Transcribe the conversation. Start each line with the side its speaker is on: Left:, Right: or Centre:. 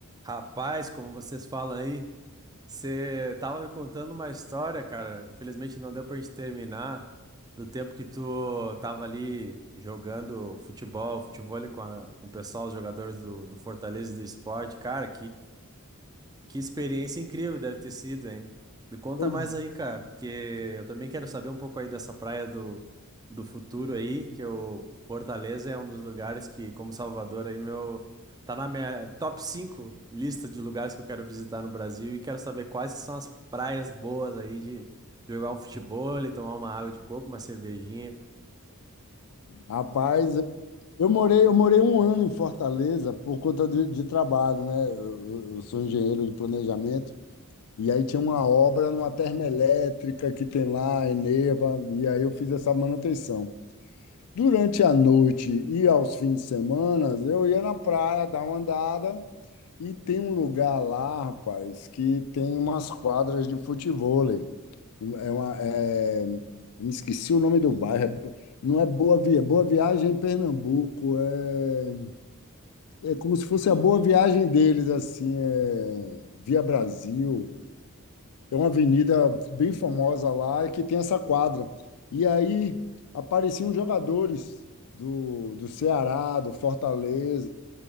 Right: Rapaz, como vocês falam aí, você tava me contando uma história, cara. Infelizmente não deu pra gente terminar do tempo que tu tava ali jogando futebol, futevôlei com, a- com o pessoal, os jogadores do, do Fortaleza e do Sport. Cara, que experiência incrível deve ter sido, hein? Me conta
Left: Pois,
Right: mais aí, cara, porque eu também quero saber um pouco aí dessa praia do, do futuro aí, que o Fortaleza é um dos lugares que, como Salvador aí, meu, tá na minha top 5 lista de lugares que eu quero visitar no Brasil e quero saber quais que são as praias boas aí de jogar um futebol, tomar uma água de coco, uma cervejinha.
Left: rapaz, eu morei, eu morei um ano em Fortaleza por conta de, de trabalho, né? Eu, eu sou engenheiro de planejamento, e aí tinha uma obra numa termoelétrica que tem lá, Eneva, e aí eu fiz essa manutenção. Durante a noite e aos fins de semana, eu ia na praia dar uma andada e tem um lugar lá, rapaz, que tem umas quadras de futevôlei. É uma, é- Me esqueci o nome do bairro. É- Não é Boa Via, Boa Viagem em Pernambuco. É, é como se fosse a Boa Viagem deles, assim, é... Via Brasil. É uma avenida bem famosa lá e que tem essa quadra. E aí apareciam jogadores do, do Ceará, do Fortaleza,